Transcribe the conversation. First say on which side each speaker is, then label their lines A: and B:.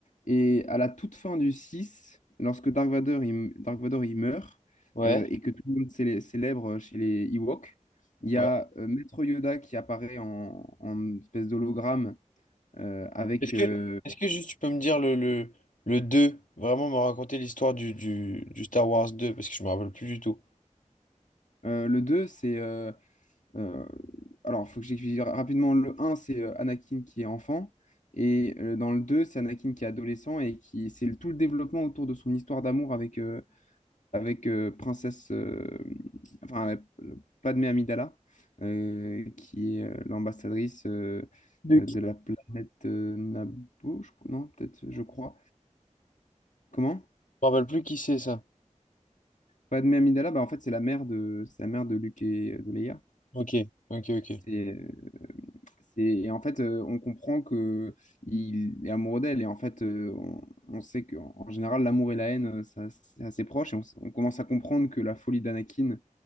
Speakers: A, on the left; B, on the left.
A: Et à la toute fin du six lorsque Dark Vador, il, m- Dark Vador, il meurt,
B: Ouais.
A: euh, et que tout le monde célé- célèbre chez les Ewoks, il y
B: ouais.
A: a euh, Maître Yoda qui apparaît en, en espèce d'hologramme euh, avec...
B: Est-ce que,
A: euh,
B: est-ce que juste tu peux me dire le, le, le deux vraiment me raconter l'histoire du, du, du Star Wars deux parce que je me rappelle plus du tout.
A: euh, le deux c'est... euh, Euh, alors, il faut que j'explique rapidement. Le un, c'est euh, Anakin qui est enfant. Et euh, dans le 2, c'est Anakin qui est adolescent et qui c'est le- tout le développement autour de son histoire d'amour avec, euh, avec euh, princesse, euh, enfin, euh, Padmé Amidala, euh, qui est euh, l'ambassadrice euh,
B: Luc.
A: euh, de la planète euh, Naboo, je crois- non, peut-être, je crois. Comment?
B: me rappelle plus qui c'est ça.
A: Padmé Amidala, bah, en fait, c'est la mère de, c'est la mère de Luke et euh, de Leia.
B: Ok, ok, ok.
A: C'est, euh, c'est, et en fait, euh, on comprend que il est amoureux d'elle. Et en fait, euh, on, on sait qu'en en général, l'amour et la haine, euh, ça, c'est assez proche. Et on, s- on commence à comprendre que la folie d'Anakin,